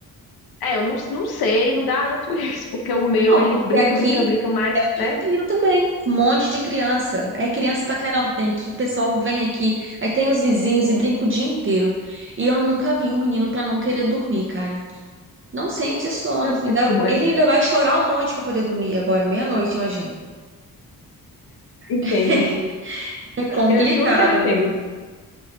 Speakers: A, on the left; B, on the right.
A: É, eu não, não sei, não garanto <laughs> isso, porque o meu,
B: Não,
A: ele
B: porque
A: brinca,
B: aqui
A: brinca, brinca, mas,
B: é o dia
A: né?
B: inteiro também, com um monte de criança. É criança pra caramba que tem aqui, o pessoal vem aqui, aí tem os vizinhos e brinca o dia inteiro. E eu nunca vi um menino pra não querer dormir, cara. Não sente sono.
A: Eu sei
B: Ainda-
A: como
B: ele
A: é.
B: ainda vai chorar um monte pra poder dormir agora, meia-noite, imagina.
A: Entendo.
B: <laughs> É complicado,
A: Eu juro que eu entendo.
B: viu?